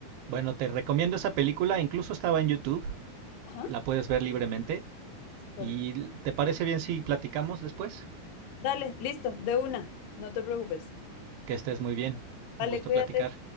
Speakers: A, on the right; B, on the left.
A: Bueno, te recomiendo esa película, incluso estaba en YouTube,
B: Ajá,
A: la puedes ver libremente.
B: súper.
A: ¿Y te parece bien si platicamos después?
B: Dale, listo, de una, no te preocupes.
A: Que estés muy bien.
B: Dale,
A: Un gusto
B: cuídate.
A: platicar.